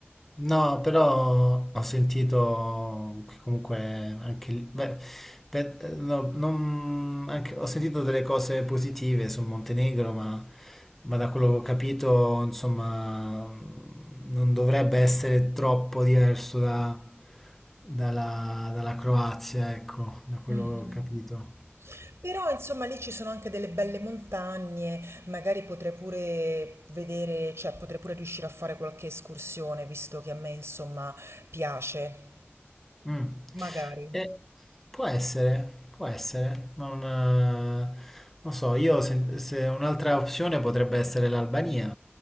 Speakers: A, in the centre; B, on the right.
A: No, però ho sentito che comunque anche lì- beh, per- no, non- anche- ho sentito delle cose positive sul Montenegro, ma, ma da quello che ho capito, insomma, non dovrebbe essere troppo diverso da- dalla, dalla Croazia, ecco, da quello
B: Mhm.
A: che ho capito.
B: Però insomma lì ci sono anche delle belle montagne, magari potrei pure vedere, cioè potrei pure riuscire a fare qualche escursione, visto che a me insomma piace.
A: Mm.
B: Magari.
A: Eh, può essere, può essere, non, eh, non so, io se, se un'altra opzione potrebbe essere l'Albania,